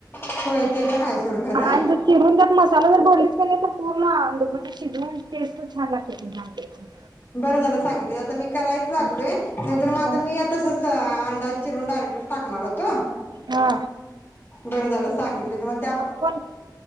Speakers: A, on the left; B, on the right.
A: होय. ते पण आहे सोड खरं
B: आणि जर चिरून द्यात मसा <unintelligible> म्हणे शिजवून टेस्ट छान लागतेय <unintelligible>
A: बरं झालं सांगितलं आता मी करायच लागलोय
B: हा.
A: नाहीतर माझं
B: हा
A: मी मग आता मी तसच आ अंडा चिरून डायरेक्टच टाकणार होतो
B: हा
A: बरं झालं सांगितलं ते
B: पण